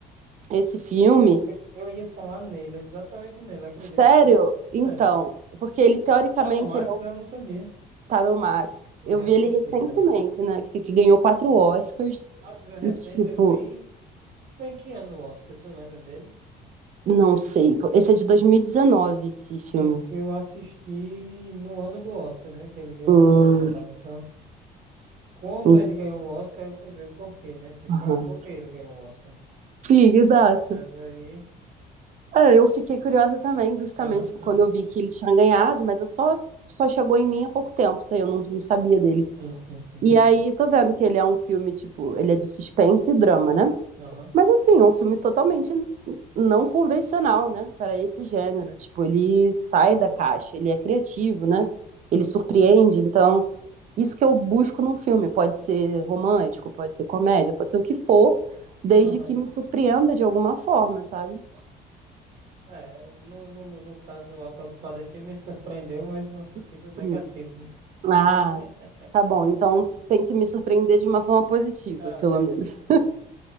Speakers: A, on the right (about 45°); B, on the right (about 65°).
A: Esse filme,
B: Cara, eu, eu ia falar nele, exatamente nele, acredito.
A: sério? Então,
B: Sério.
A: porque ele teoricamente
B: Tá no Max,
A: ele é o
B: né? Eu não sabia.
A: tá no Max.
B: Vou
A: Eu
B: reassistir,
A: vi ele recentemente,
B: então.
A: né? Que, que ganhou quatro Oscars.
B: Ah, tu viu recente?
A: E tipo,
B: Eu vi. Foi em que ano o Oscar? Tu lembra dele? Porque.
A: não sei. Esse é de 2019, esse filme.
B: Porque eu assisti no ano do Oscar, né? Que ele ganhou
A: Hum,
B: o Oscar e tal. Então, quando
A: hum,
B: ele ganhou o Oscar, eu fui ver por quê, né? Tipo,
A: aham.
B: ah, por que ele ganhou o Oscar, né?
A: Sim, exato.
B: Mas aí.
A: É, eu fiquei curiosa também, justamente
B: Aham,
A: tipo, quando
B: aham.
A: eu vi que ele tinha ganhado, mas eu só só chegou em mim há pouco tempo, sei, eu não, não sabia dele.
B: Sim, sim, sim.
A: E aí tô vendo que ele é um filme tipo, ele é de suspense e drama, né?
B: Aham,
A: Mas assim, um filme totalmente não convencional, né, para esse gênero. Tipo, ele sai
B: aham,
A: da caixa, ele é criativo, né? Ele surpreende, então isso que eu busco num filme, pode ser romântico, pode ser comédia, pode ser o que for, desde
B: aham.
A: que me surpreenda de alguma forma, sabe?
B: É, no, no, no caso, o Auto da Compadecida me surpreendeu, mas no sentido
A: <clears throat>
B: negativo,
A: Hum.
B: né?
A: Ah,
B: <laughs>
A: Tá bom, então tem que me surpreender de uma forma positiva,
B: Ah,
A: pelo
B: beleza,
A: menos.
B: beleza.